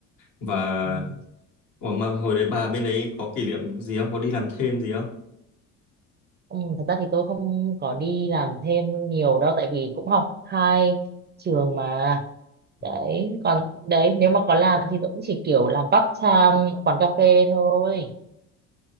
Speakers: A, on the left; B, on the right.
A: và
B: ừ.
A: Ủa, mà hồi đấy bà bên đấy có kỷ niệm gì không? Có đi làm thêm gì không?
B: Ừ, thật ra thì tôi không có đi làm thêm nhiều đâu tại vì cũng học hai trường mà đấy
A: Ừ.
B: còn đấy nếu mà có làm thì tôi cũng chỉ kiểu làm part time quán cà phê thôi